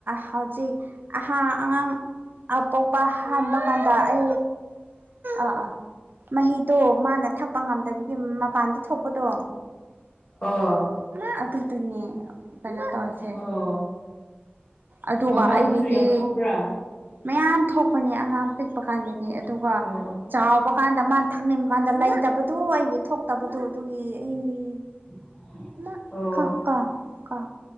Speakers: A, on the right (about 55°); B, on the left (about 30°).
A: ꯍꯧꯖꯤꯛ ꯑꯍꯥ ꯑꯉꯥꯡ ꯑꯄꯣꯛꯄ ꯍꯥꯟꯕ ꯀꯥꯟꯗ ꯑ ꯑ ꯑꯥ ꯃꯍꯤꯗꯣ ꯃꯥꯅ ꯊꯛꯄ ꯉꯝꯗꯕꯒꯤ ꯃꯄꯥꯟꯗ ꯊꯣꯛꯄꯗꯣ
B: ꯑꯣ
A: ꯃꯥ ꯑꯗꯨꯗꯅꯦ ꯀꯩꯅꯣ ꯇꯧꯔꯤꯁꯦ
B: ꯑꯣ
A: ꯑꯗꯨꯒ
B: ꯃꯄꯥꯟꯗꯁꯨ
A: ꯑꯩꯒꯤꯗꯤ
B: ꯌꯥꯝ ꯊꯣꯛꯄ꯭ꯔꯥ
A: ꯃꯌꯥꯝ ꯊꯣꯛꯄꯅꯦ ꯑꯉꯥꯡ ꯄꯤꯛꯄ ꯀꯥꯟꯗꯗꯤ ꯑꯗꯨꯒ
B: ꯑꯣ
A: ꯆꯥꯎꯕ ꯀꯥꯟꯗ ꯃꯥꯅ ꯊꯛꯅꯤꯡꯕ ꯀꯥꯟꯗ ꯂꯩꯇꯕꯗꯨ ꯑꯩꯒꯤ ꯊꯣꯛꯇꯕꯗꯨ ꯑꯗꯨꯒꯤ ꯑꯩ
B: <unintelligible>
A: <unintelligible>
B: ꯑꯣ
A: ꯀꯥ ꯀꯥ